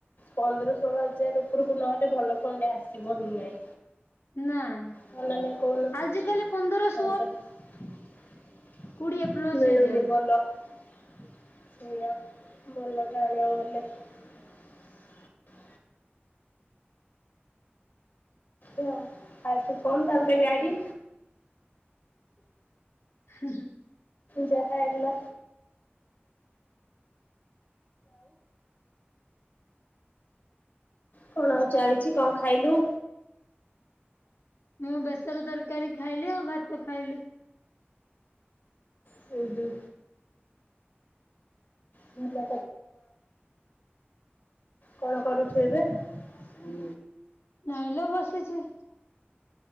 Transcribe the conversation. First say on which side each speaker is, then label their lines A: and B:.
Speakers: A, on the left; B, on the left.
A: ପନ୍ଦର ଷୋହଳ ହଜାର ଉପରକୁ ନହେଲେ ଭଲ ଫୋନ ଟେ ଆସିବ ହିଁ ନାଇଁ।
B: ନାଇଁ
A: ହଁ ନା କହୁନୁ
B: ଆଜି କାଲି ପନ୍ଦରଶ୍
A: ମିଳୁନି ଭଲ।
B: କୋଡିଏ ପ୍ଲସ୍
A: ସେଆ
B: ହେଇଯାଉଛି
A: ଭାଲ ଟା ଆଣିବ ବୋଲେ ଅମିତ୍ ଆଗ ଫୋନ୍ ତା ପରେ ଗାଡି
B: ହୁଁ ହୁଁ
A: ଜା ଆଉ କଣ ଆଉ ଚାଲିଛି କଣ ଖାଇଲୁ
B: ମୁଁ ବେସର ଦରକି ତରକାରୀ ଖାଇଲି ଆଉ ଭାତ ଖାଇଲି
A: ହୁଁ ହୁଁ ବଛା କଣ କରୁଛୁ ଏବେ ହୁଁ
B: ନାଇଲ ବସିଛି